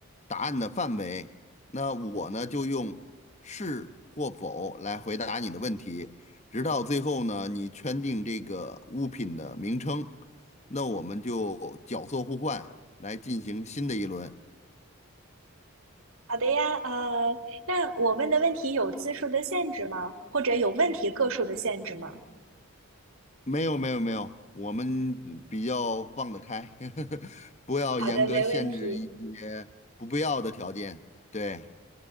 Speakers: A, on the left (about 30°); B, on the right (about 70°).
A: 答案的范围。那我呢，就用是或否来回答你的问题，直到最后呢，你圈定这个物品的名称，那我们就角色互换来进行新的一轮。
B: 好的呀，呃，那我问的问题有字数的限制吗？或者有问题个数的限制吗？
A: 没有没有没有，我们比较放得开，<laughs> 不要严格限制一些不必要的条件。
B: 好的，没问题。
A: 对，